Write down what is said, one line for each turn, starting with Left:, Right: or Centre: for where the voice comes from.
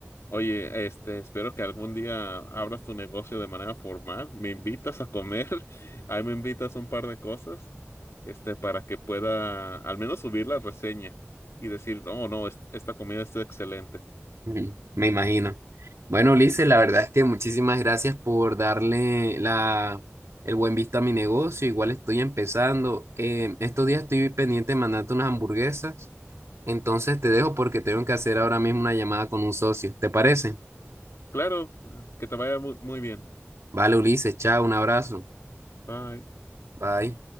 Left: Oye, este, espero que algún día abras tu negocio de manera formal. Me invitas a comer, <laughs> ahí me invitas un par de cosas, este, para que pueda al menos subir la reseña y decir, oh, no, es- esta comida está excelente.
Right: <laughs> Ujú, Me imagino. Bueno, Ulises, la verdad es que muchísimas gracias por darle la, el buen visto a mi negocio. Igual estoy empezando. Eh, estos días estoy pendiente de mandarte unas hamburguesas. Entonces te dejo porque tengo que hacer ahora mismo una llamada con un socio. ¿Te parece?
Left: Claro, que te vaya muy, muy bien.
Right: Vale, Ulises, chao, un abrazo.
Left: Bye.
Right: Bye.